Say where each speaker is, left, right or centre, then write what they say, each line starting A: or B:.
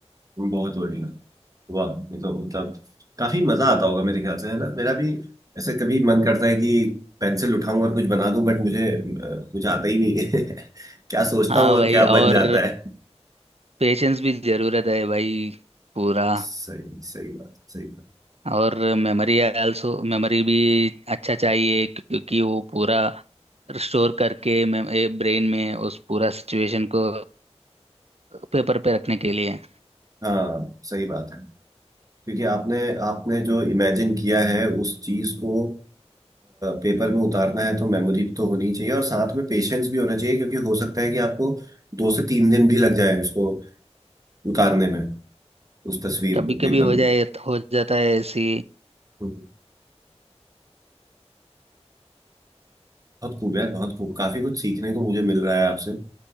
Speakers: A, on the right; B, on the right.
A: बहुत बढ़िया वाह ये तो मतलब काफी मजा आता होगा मेरे ख्याल से है ना मेरा भी ऐसे कभी मन करता है कि पेंसिल उठाऊं और कुछ बना दूं बट मुझे अ, मुझे आता ही नहीं है <laughs> क्या सोचता
B: हाँ
A: हूँ और
B: भाई
A: क्या
B: और
A: बन जाता है
B: पेशेंस भी जरूरत है भाई पूरा
A: सही सही बात है, सही बात
B: और मेमोरी आल्सो मेमोरी भी अच्छा चाहिए क्योंकि वो पूरा स्टोर करके ब्रेन में उस पूरा सिचुएशन को पेपर पे रखने के लिए
A: हाँ सही बात है क्योंकि आपने आपने जो इमेजिन किया है उस चीज को पेपर में उतारना है तो मेमोरी तो होनी चाहिए और साथ में पेशेंस भी होना चाहिए क्योंकि हो सकता है कि आपको दो से तीन दिन भी लग जाए उसको उतारने में उस तस्वीर
B: कभी
A: को पेपर
B: कभी हो
A: में
B: जाए हो जाता है ऐसी
A: बहुत खूब है बहुत खूब काफी कुछ सीखने को मुझे मिल रहा है आपसे